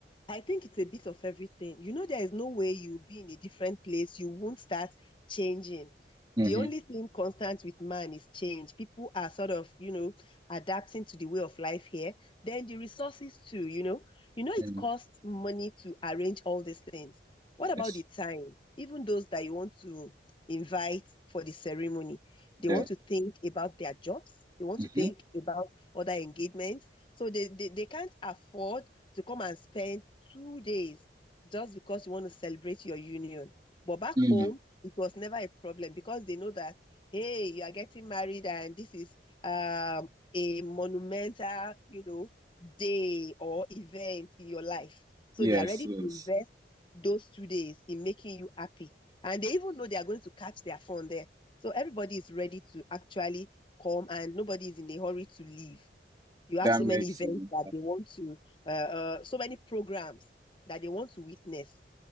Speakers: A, on the left; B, on the right.
A: I think it's a bit of everything. You know, there is no way you'll be in a different place. You won't start changing.
B: Mm-hmm.
A: The only thing constant with man is change. People are sort of, you know, adapting to the way of life here. Then the resources too, you know. You know, it
B: Mm,
A: costs money to arrange all these things. What about
B: yes.
A: the time? Even those that you want to invite for the ceremony, they
B: Yeah.
A: want to think about their jobs. They want
B: Mm-hmm.
A: to think about other engagements. So they, they, they can't afford to come and spend two days just because you want to celebrate your union. But back
B: Mm,
A: home, it was never a problem because they know that, hey, you are getting married and this is um, a monumental, you know, day or event in your life. So
B: yes.
A: they are ready
B: Yes.
A: to invest those two days in making you happy. And they even know they are going to catch their phone there. So everybody is ready to actually come and nobody is in a hurry to leave. You have
B: That
A: so
B: makes
A: many events
B: sense.
A: that they want to, uh, uh, so many programs that they want to witness,